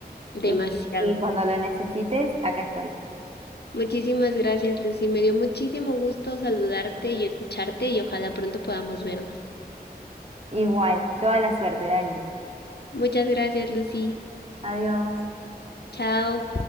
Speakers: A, on the left (about 80°); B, on the right (about 40°).
A: Demasiado.
B: Y, y cuando lo necesites, acá estoy.
A: Muchísimas gracias, Lucy. Me dio muchísimo gusto saludarte y escucharte y ojalá pronto podamos vernos.
B: Igual, toda la suerte, Dani.
A: Muchas gracias, Lucy.
B: Adiós.
A: Chao.